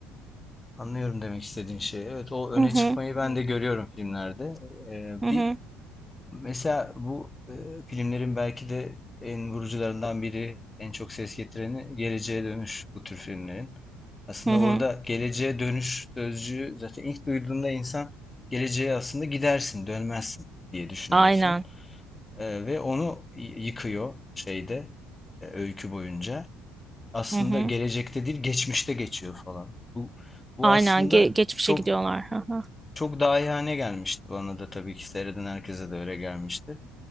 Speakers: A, on the left (about 20°); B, on the right (about 15°).
A: Anlıyorum demek istediğin şeyi. Evet, o öne
B: Hı
A: çıkmayı
B: hı,
A: ben de görüyorum filmlerde. Ee,
B: hı
A: bir
B: hı,
A: Mesela bu e, filmlerin belki de en vurucularından biri, en çok ses getireni Geleceğe Dönüş bu tür filmlerin. Aslında
B: hı hı.
A: orada geleceğe dönüş sözcüğü zaten ilk duyduğunda insan geleceğe aslında gidersin, dönmezsin diye düşünüyorsun.
B: Aynen.
A: E, ve onu y- yıkıyor şeyde e, öykü boyunca. Aslında
B: Hı hı.
A: gelecekte değil, geçmişte geçiyor falan. Bu bu
B: Aynen
A: aslında
B: ge- geçmişe
A: çok
B: gidiyorlar. Hı hı.
A: çok dahiyane gelmişti bana da tabii ki seyreden herkese de öyle gelmiştir.